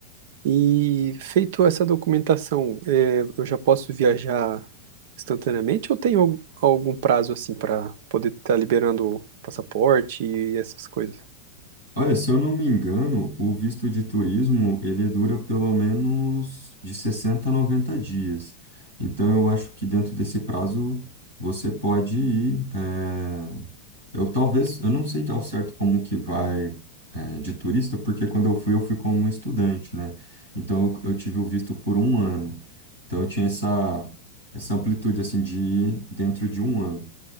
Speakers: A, on the right (about 55°); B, on the right (about 80°).
A: E feito essa documentação, é, eu já posso viajar instantaneamente ou tem al- algum prazo assim para poder estar liberando o passaporte e essas coisas?
B: Olha, se eu não me engano, o visto de turismo, ele dura pelo menos de 60 a 90 dias. Então, eu acho que dentro desse prazo, você pode ir. eh, Eu talvez, eu não sei ao certo como que vai, eh, de turista, porque quando eu fui, eu fui como estudante, né? Então, eu, eu tive o visto por um ano. Então, eu tinha essa, essa amplitude, assim, de ir dentro de um ano.